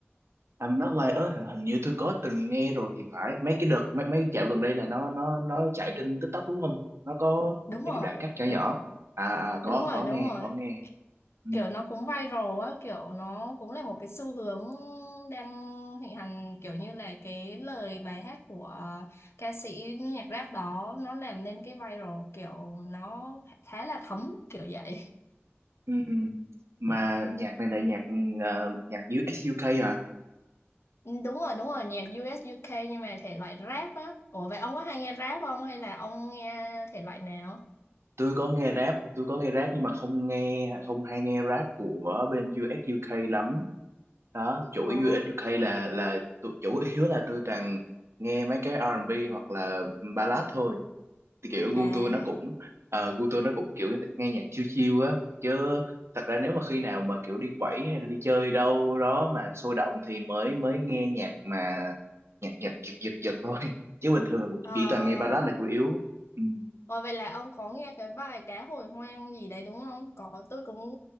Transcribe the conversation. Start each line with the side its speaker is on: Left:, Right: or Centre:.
Right: I'm Not Like Us hả? hình như tôi có từng nghe rồi thì phải. Mấy cái đợt mấy mấy dạo gần đây là nó nó nó chạy trên TikTok đúng không? Nó có
Left: đúng
Right: mấy
Left: rồi
Right: cái đoạn cắt nhỏ nhỏ.
Left: đúng
Right: À, à có
Left: đúng rồi
Right: có
Left: đúng
Right: nghe,
Left: rồi
Right: có nghe. Ừ,
Left: kiểu nó cũng viral á kiểu nó cũng là một cái xu hướng đang thịnh hành kiểu như là cái lời bài hát của ờ, ca sĩ nhạc rap đó nó làm nên cái viral kiểu nó khá là thấm kiểu vậy <laughs>
Right: ừ. ừ. Mà nhạc
Left: Ừ.
Right: này là nhạc ờ, nhạc US UK à?
Left: Ừ, đúng rồi đúng rồi nhạc US UK nhưng mà thể loại rap á ủa vậy ông có hay nghe rap không hay là ông nghe thể loại nào
Right: Tôi có nghe rap, tôi có nghe rap nhưng mà không nghe không hay nghe rap của bên US UK lắm đó chuỗi
Left: ồ
Right: USUK là là tu- chủ yếu là tôi toàn nghe mấy cái R&B hoặc là ballad thôi thì kiểu gu
Left: à
Right: tôi nó cũng ờ, gu tôi nó cũng kiểu nghe nhạc chill chill á chứ thật ra nếu mà khi nào mà kiểu đi quẩy hay là đi chơi đâu đó mà sôi động thì mới mới nghe nhạc mà nhạc nhạc giật giật giật thôi <laughs> chứ bình thường là cũng
Left: ờ
Right: chỉ toàn nghe ballad là chủ yếu ừ.
Left: Ờ, vậy là ông có nghe cái bài cá hồi hoang gì đấy đúng không? Có, tôi cũng